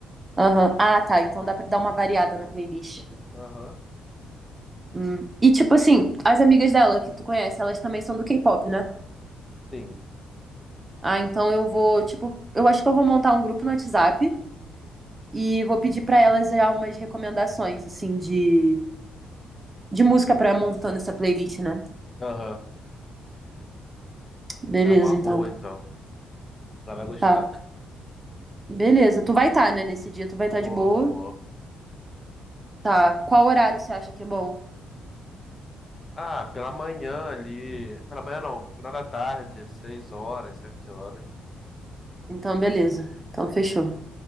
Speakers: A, on the right; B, on the left.
A: Aham. Ah, tá. Então dá pra dar uma variada na playlist.
B: Aham,
A: Hum. E tipo assim, as amigas dela que tu conhece, elas também são do K-pop, né?
B: sim.
A: Ah, então eu vou, tipo, eu acho que eu vou montar um grupo no WhatsApp e vou pedir pra elas já umas recomendações, assim, de, de música pra montando essa playlist, né?
B: Aham.
A: Beleza,
B: É uma boa,
A: então.
B: então. Ela vai gostar.
A: Tá. Beleza. Tu vai estar, tá, né? Nesse dia tu vai estar
B: Boa,
A: de boa.
B: boa.
A: Tá. Qual horário você acha que é bom?
B: Ah, pela manhã ali. Pela manhã não, final da tarde, seis horas, sete horas.
A: Então, beleza. Então, fechou.